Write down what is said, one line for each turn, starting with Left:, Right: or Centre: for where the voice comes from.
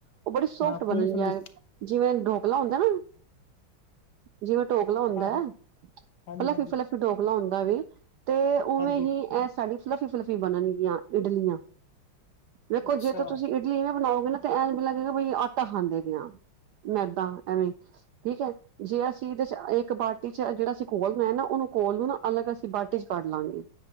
Right: ਉਹ ਬੜੀ ਸੋਫਟ
Left: ਹਾਂ
Right: ਬਣਨਗੀਆਂ
Left: ਫੁੱਲੀ ਫੁੱਲੀ
Right: ਜਿਵੇਂ ਢੋਕਲਾ ਹੁੰਦਾ ਨਾ ਜਿਵੇਂ ਟੋਕਲਾ ਹੁੰਦਾ
Left: ਹਾਂ ਹਾਂ
Right: ਹੈ
Left: ਹਾਂਜੀ
Right: ਫਲਫੀ-
Left: ਹਾਂਜੀ
Right: ਫਲਫੀ ਟੋਕਲਾ ਹੁੰਦਾ ਵੇ। ਤੇ ਉਵੇਂ
Left: ਹਾਂਜੀ
Right: ਹੀ ਇਹ ਸਾਡੀ ਫਲੱਫ਼ੀ- ਫਲਫੀ ਬਣਨਗੀਆਂ ਇਡਲੀਆਂ ਦੇਖੋ
Left: ਅੱਛਾ
Right: ਜੇ ਤ ਤੁਸੀਂ ਇਡਲੀਆ ਨ ਬਣਾਓਗੇ ਨਾ ਤਾਂ ਐਂ ਲਗੇਗਾ ਆਟਾ ਖਾਂਦੇ ਪਏ ਆਂ। ਮੈਦਾ ਐਵੇਂ ਠੀਕ ਹੈ ਜੇ ਅਸੀਂ ਇਹਦੇ 'ਚ ਇਹ ਇੱਕ ਬਾਟੀ 'ਚ ਜਿਹੜਾ ਅਸੀਂ ਘੋਲ ਮੈਂ ਨਾ ਉਹਨੂੰ ਘੋਲ ਨੂੰ ਨਾ ਅਲਗ ਅਸੀਂ ਬਾਟੀ 'ਚ ਕੱਢ ਲਾਂਗੇ।